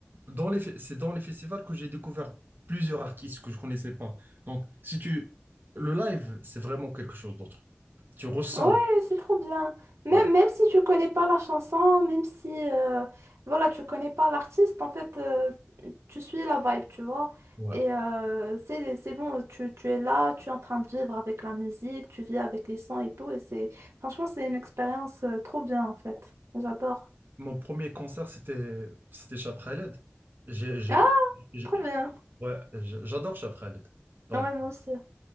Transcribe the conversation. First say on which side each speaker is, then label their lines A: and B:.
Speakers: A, on the right; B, on the right.
A: dans les, fe- c'est dans les festivals que j'ai découvert plusieurs artistes que je connaissais pas. Donc, si tu, le live, c'est vraiment quelque chose d'autre. Tu ressens.
B: Ouais, c'est trop bien. Même,
A: Ouais,
B: même si tu connais pas la chanson, même si euh, voilà, tu connais pas l'artiste, en fait, euh, tu suis la vibe, tu vois.
A: ouais.
B: Et euh, c'est, c'est bon, tu, tu es là, tu es en train de vivre avec la musique, tu vis avec les sons et tout. Et c'est franchement, c'est une expérience euh, trop bien, en fait. J'adore.
A: Mon premier concert, c'était, c'était Chapraled. J'ai, j'ai,
B: Ah,
A: j'ai-
B: trop bien.
A: ouais, j'ai- j'adore Chapraled. Donc,
B: Ouais, moi aussi.